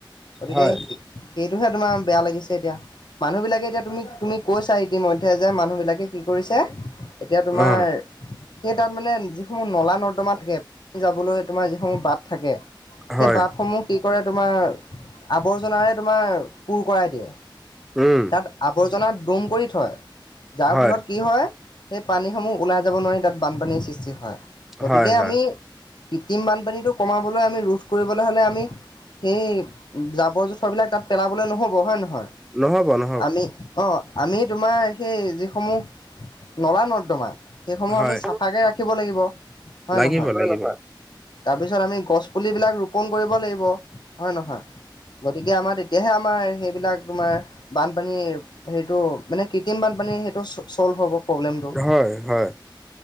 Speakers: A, on the left; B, in the centre.
A: গতিকে
B: হয়
A: সেইটোহে তোমাৰ বেয়া লাগিছে এতিয়া। মানুহ বিলাকে এতিয়া তুমি-তুমি কৈছা ইতিমধ্যে যে মানুহ বিলাকে কি কৰিছে এতিয়া তোমাৰ
B: অ
A: সেই তাত মানে যিসমূহ নলা-নৰ্দমা থাকে, পানী যাবলৈ তোমাৰ যিসমূহ বাট থাকে সেই
B: হয়
A: বাটসমূহ কি কৰে তোমাৰ, আৱৰ্জনাৰে তোমাৰ পূৰ কৰাই দিয়ে।
B: উম!
A: তাত আৱৰ্জনা দম কৰি থয়, যাৰ
B: হয়
A: ফলত কি হয়, সেই পানীসমূহ ওলাই যাব নোৱাৰি তাত বানপানীৰ সৃষ্টি হয়। গতিকে
B: হয় হয়
A: আমি কৃত্ৰিম বানপানীটো কমাবলৈ আমি ৰোধ কৰিবলৈ হলে আমি সেই জাবৰ জোথৰবিলাক তাত পেলাবলৈ নহ'ব হয় নে নহয়?
B: নহ'ব ন
A: আমি অঁ আমি তোমাৰ সেই যিসমূহ নলা নৰ্দমা। সেইসমূহ
B: হয়
A: আমি চাফাকে ৰাখিব লাগিব হয়
B: লাগিব
A: নহয়।
B: লাগিব
A: তাৰপিছত আমি গছ পুলিবিলাক ৰোপন কৰিব লাগিব, হয় নহয়। গতিকে আমাৰ তেতিয়াহে আমাৰ সেইবিলাক তোমাৰ বানপানীৰ সেইটো মানে কৃত্ৰিম বানপানী সেইটো ছ ছ'ল্ভ হ'ব প্ৰব্লেমটো।
B: হয় হয়